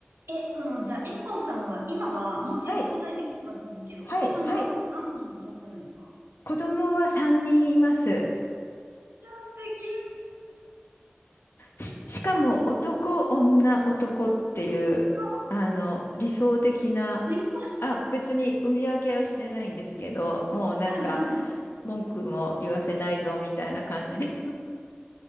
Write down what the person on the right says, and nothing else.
え、その、じゃあ、悦子さんは、今は、もしお答えできればでいいんですけど、
お子さんは何人いらっしゃるんですか
じゃあ素敵。
わあ
小さ
はいはい。